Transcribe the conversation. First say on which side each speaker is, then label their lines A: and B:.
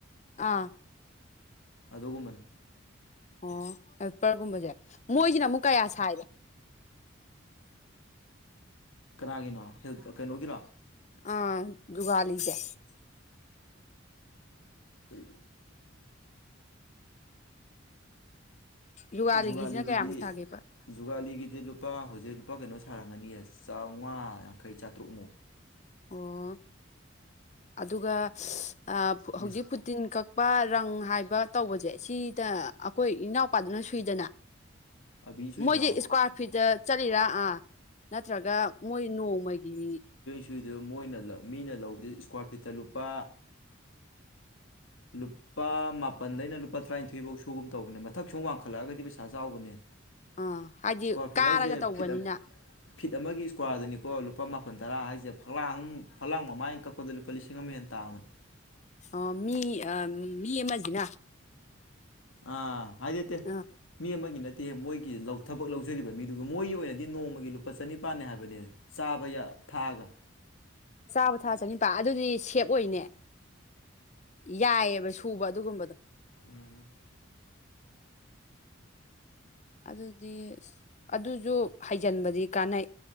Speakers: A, on the left; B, on the left.
A: ꯑꯥ
B: ꯑꯗꯨꯒꯨꯝꯕ
A: ꯑꯣ ꯍꯦꯁꯇꯦꯜ ꯒꯨꯝꯕꯁꯦ ꯃꯣꯏꯁꯤꯅ ꯑꯃꯨꯛ ꯀꯌꯥ ꯁꯥꯏꯕ
B: ꯀꯅꯥꯒꯤꯅꯣ ꯍꯤꯜ ꯀꯩꯅꯣꯒꯤꯔꯣ
A: ꯑ ꯖꯨꯒꯂꯤꯁꯦ
B: ꯎꯝ
A: ꯖꯨꯒꯥꯂꯤꯒꯤꯁꯤꯅ
B: ꯖꯨꯒꯥꯂꯤ
A: ꯀꯌꯥꯃꯨꯛ
B: ꯒꯤꯗꯤ
A: ꯁꯥꯒꯦꯕ
B: ꯖꯨꯒꯥꯂꯤꯒꯤꯗꯤ ꯂꯨꯄꯥ ꯍꯨꯖꯤꯛ ꯂꯨꯄꯥ ꯀꯩꯅꯣ ꯁꯥꯔꯝꯒꯅꯤꯌꯦ ꯆꯥꯝꯃꯉꯥ ꯌꯥꯡꯈꯩ ꯆꯥꯇ꯭ꯔꯨꯛꯃꯨ
A: ꯑꯣ ꯑꯗꯨꯒ ꯑꯥ
B: ꯃꯤꯁ
A: ꯍꯧꯖꯤꯛ ꯇꯤꯟ ꯀꯛꯄ ꯔꯪ ꯍꯥꯏꯕ ꯇꯧꯕꯖꯦ ꯁꯤꯗ ꯑꯩꯈꯣꯏ ꯏꯅꯥꯎ ꯄꯥꯗꯨꯅ ꯁꯨꯏꯗꯅ
B: ꯑꯕꯤ ꯁꯨꯏꯗ꯭ꯔꯣ
A: ꯃꯣꯏꯖꯦ ꯏꯁꯀ꯭ꯋꯥꯔ ꯐꯤꯠꯇ ꯆꯠꯂꯤꯔꯥ ꯑꯥ ꯅꯠꯇ꯭ꯔꯒ ꯃꯣꯏ ꯅꯣꯡꯃꯒꯤ ꯃꯤ
B: ꯁꯨꯏꯗ ꯃꯣꯏꯅ ꯃꯤꯅ ꯂꯧꯕꯗ ꯏꯁꯀ꯭ꯋꯥꯔ ꯐꯤꯠꯇ ꯂꯨꯄꯥ ꯂꯨꯄꯥ ꯃꯥꯄꯜꯗꯩꯅ ꯂꯨꯄꯥ ꯇꯔꯥꯏꯟꯊꯣꯏꯕꯧ ꯁꯨꯒꯨꯝ ꯇꯧꯕꯅꯦ ꯃꯊꯛ ꯁꯨꯝ ꯋꯥꯡꯈꯠꯂꯛꯑꯒꯗꯤ ꯄꯩꯁꯥ ꯆꯥꯎꯕꯅꯦ
A: ꯑꯥ ꯍꯥꯏꯗꯤ
B: ꯏꯁꯀ꯭ꯋꯥꯔ ꯐꯤꯠ
A: ꯀꯥꯔꯒ
B: ꯍꯥꯏꯁꯦ
A: ꯇꯧꯕꯅꯤꯅ
B: ꯐꯤꯠ ꯐꯤꯠ ꯑꯃꯒꯤ ꯏꯁꯀ꯭ꯋꯥꯔꯗꯨꯅꯤꯀꯣ ꯂꯨꯄꯥ ꯃꯥꯄꯜ ꯇꯔꯥ ꯍꯥꯏꯁꯦ ꯐꯛꯂꯥꯡ ꯐꯂꯥꯡ ꯃꯃꯥꯏꯀꯛ ꯄꯥꯗ ꯂꯨꯄꯥ ꯂꯤꯁꯤꯡ ꯑꯃ ꯍꯦꯟ ꯇꯥꯕꯅꯤ
A: ꯑ ꯃꯤ ꯃꯤ ꯑꯃꯥꯖꯤꯅ
B: ꯑꯥ ꯍꯥꯏꯗꯤꯇꯦ
A: ꯑꯥ
B: ꯃꯤ ꯑꯃꯒꯤ ꯅꯠꯇꯦ ꯃꯣꯏꯒꯤ ꯂꯧ ꯊꯕꯛ ꯂꯧꯖꯔꯤꯕ ꯃꯤꯗꯨꯒ ꯃꯣꯏꯒꯤ ꯑꯣꯏꯅꯗꯤ ꯅꯣꯡꯃꯒꯤ ꯂꯨꯄꯥ ꯆꯅꯤꯄꯥꯥꯟꯅꯦ ꯍꯥꯏꯕꯅꯤ ꯆꯥꯕ ꯌꯥ ꯊꯥꯛꯑꯒ
A: ꯆꯥꯕ ꯊꯥꯛꯑ ꯆꯅꯤꯄꯥ ꯑꯗꯨꯗꯤ ꯁꯦꯞ ꯑꯣꯏꯅꯦ ꯌꯥꯏꯌꯦꯕ ꯁꯨꯕ ꯑꯗꯨꯒꯨꯝꯕꯗꯣ
B: ꯎꯝ
A: ꯑꯗꯨꯗꯤ ꯑꯗꯨꯖꯨ ꯍꯩꯖꯤꯟꯕꯗꯤ ꯀꯥꯟꯅꯩ